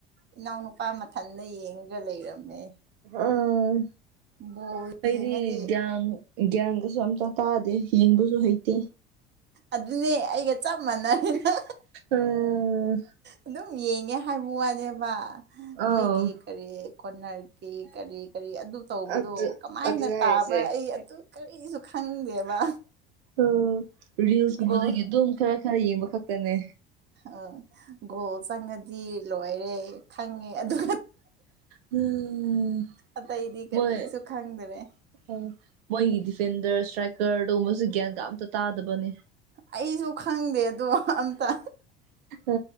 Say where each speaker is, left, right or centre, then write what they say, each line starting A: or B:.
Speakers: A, on the right; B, on the right.
A: ꯏꯅꯥꯎꯅꯨꯄꯥ ꯃꯊꯟꯇ ꯌꯦꯡꯒ ꯂꯩꯔꯝꯃꯦ
B: ꯑꯝ
A: ꯕꯣꯜ
B: ꯑꯩꯗꯤ
A: ꯌꯦꯡꯉꯗꯤ
B: ꯒꯌꯥꯟ ꯒ꯭ꯌꯥꯟꯒꯁꯨ ꯑꯝꯇ ꯇꯥꯗꯦ ꯌꯦꯡꯕꯁꯨ ꯍꯩꯇꯦ
A: ꯑꯗꯨꯅꯦ ꯑꯩꯒ ꯆꯞ ꯃꯥꯟꯔꯤꯅ
B: ꯎꯝ
A: ꯑꯗꯨꯝ ꯌꯦꯡꯉꯦ ꯍꯥꯏꯕ ꯋꯥꯅꯦꯕ
B: ꯑꯥꯎ
A: ꯃꯣꯏꯒꯤ ꯀꯔꯤ ꯀꯣꯠꯅꯔꯛꯈꯤ ꯀꯔꯤ ꯀꯔꯤ ꯑꯗꯨ ꯇꯧꯕꯗꯣ
B: ꯑꯗꯨ
A: ꯀꯃꯥꯏꯅ
B: ꯑꯗꯨꯅꯦ ꯍꯥꯏꯔꯤꯁꯦ
A: ꯇꯥꯕ꯭ꯔꯥ ꯑꯩ ꯑꯗꯨ ꯀꯔꯤꯁꯨ ꯈꯪꯗꯦꯕ
B: ꯑꯣ ꯔꯤꯜꯁꯀꯨꯝꯕꯗꯒꯤ
A: ꯒꯣꯜ
B: ꯑꯗꯨꯝ ꯈꯔ ꯈꯔ ꯌꯦꯡꯕ ꯈꯛꯇꯅꯦ
A: ꯑ ꯒꯣꯜ ꯆꯪꯉꯗꯤ ꯂꯣꯏꯔꯦ ꯈꯪꯉꯦ ꯑꯗꯨ
B: ꯎꯝ
A: ꯑꯇꯩꯗꯤ ꯀꯔꯤꯁꯨ
B: ꯃꯣꯏ
A: ꯈꯪꯗꯔꯦ
B: ꯑꯣ ꯃꯣꯏꯒꯤ ꯗꯤꯐꯦꯟꯗꯔ ꯏꯁꯇ꯭ꯔꯥꯏꯀꯔꯗꯕꯁꯨ ꯒ꯭ꯌꯥꯟ ꯀ ꯑꯇ ꯇꯥꯗꯕꯅꯦ
A: ꯑꯩꯁꯨ ꯈꯪꯗꯦ ꯑꯗꯣ ꯑꯝꯇ
B: ꯑ